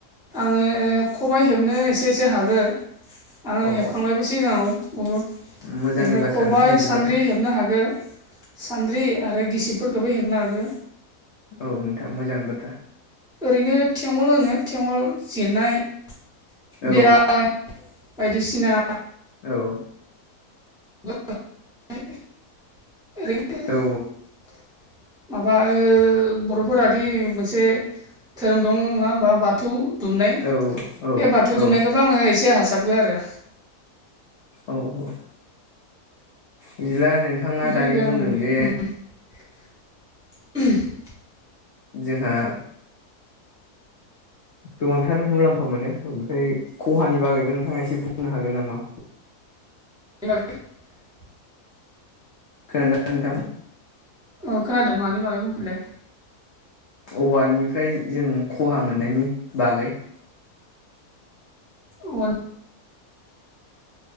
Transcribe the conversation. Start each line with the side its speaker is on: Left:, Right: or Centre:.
Centre: आंङो खबाइ हेबनो एसे एसे हागो आंङो
Left: अ
Centre: हेबखांबायबो सिगांङाव बहुद बेनिफ्राय
Left: मोजांनि बाथ्रा
Centre: खबाय
Left: नोंथां बिदिब्लाथ'
Centre: सान्द्रि
Left: औ
Centre: हेबनो हागो सान्द्रि आरो गिसिबफोरखौबो हेबनो हागौ।
Left: औ नोंथां मोजां बाथ्रा।
Centre: ओरैनो थेंगल होनो थेंगल जिरनाय <unintelligible>
Left: औ
Centre: बायदिसिना
Left: औ
Centre: <inaudible>
Left: औ
Centre: माबा ओ बर'फोरादि मोनसे धोरोम दं नंङा होमबा बाथौ दुमनाय
Left: औ औ
Centre: बे बाथौ
Left: औ
Centre: दुमनायखौबो आंङो एसे हासाबगो आरो।
Left: औ औ बिदिला नोंथांङा
Centre: बेखिनिखौ
Left: दानि बुंदों
Centre: आङो
Left: जे
Centre: <inaudible>
Left: जोंहा गोबांथार मुलाम्फा मोनो ओमफ्राय खहानि बागैबो नोंथांङा एसे बुंनो हागोन नामा?
Centre: <unintelligible>
Left: खोनांदोंना नोंथां?
Centre: अ खोनादों मानि बागै बुंफिनलाय
Left: औवानिफ्राय जों खहा मोननायनि बागै
Centre: औवा